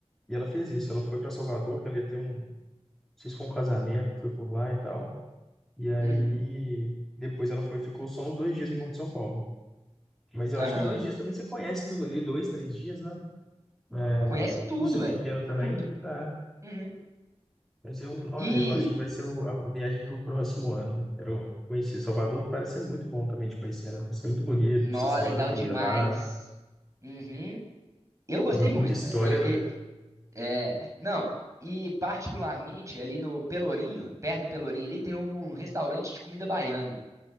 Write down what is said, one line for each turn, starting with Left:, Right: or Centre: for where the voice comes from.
Centre: e ela fez isso. Ela foi para Salvador, que ela ia ter um, não sei se foi um casamento, foi por lá e tal. E aí
Right: Uhum.
Centre: depois ela foi, e ficou só uns dois dias em Morro de São Paulo. Mas eu
Right: Aham.
Centre: acho que dois dias também você conhece tudo ali, dois, três dias, né? É,
Right: Conhece tudo,
Centre: por ser pequeno
Right: é.
Centre: também,
Right: Tudo.
Centre: tá.
Right: Uhum.
Centre: Mas eu, ó,
Right: E
Centre: eu acho que vai ser o- a viagem para o próximo ano. Eu quero conhecer Salvador, parece ser muito bom também de conhecer, né? Parece ser muito bonito,
Right: Nó,
Centre: você sair
Right: legal
Centre: para comer
Right: demais.
Centre: lá,
Right: Uhum. Eu gostei
Centre: muita
Right: muito,
Centre: história,
Right: velho. Eu- eu-
Centre: né?
Right: É, não, e particularmente ali no Pelourinho, perto do Pelourinho ali, tem um restaurante de comida baiana